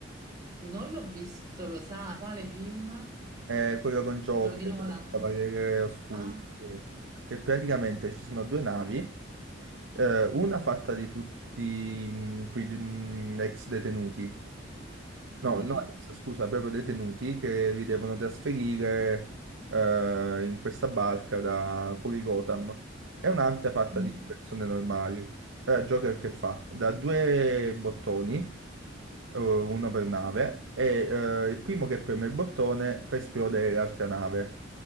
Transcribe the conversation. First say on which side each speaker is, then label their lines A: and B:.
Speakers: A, on the right; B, on the right.
A: Non l'ho visto, lo sa, quale film?
B: È quello con Joker,
A: Quello di Nolan.
B: il Cavaliere Oscuro,
A: Ah,
B: sì. Che praticamente ci sono due navi, eh, una fatta di tutti mh, pri- mh, ex detenuti No,
A: mm,
B: no, ex, scusa, proprio detenuti che li devono trasferire eh, in questa barca da fuori Gotham. È un'arte fatta
A: mm.
B: di persone normali. Allora, Joker che fa? Da due bottoni, eh, uno per nave, e eh, il primo che preme il bottone fa esplodere l'altra nave.